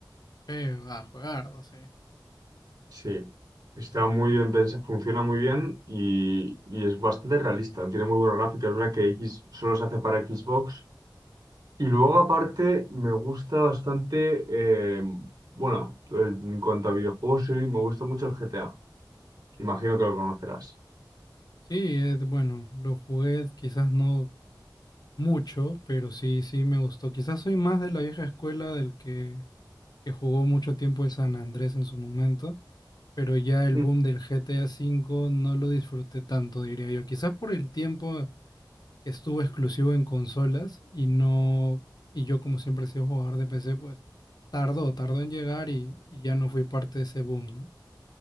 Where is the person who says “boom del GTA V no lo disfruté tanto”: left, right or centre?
Left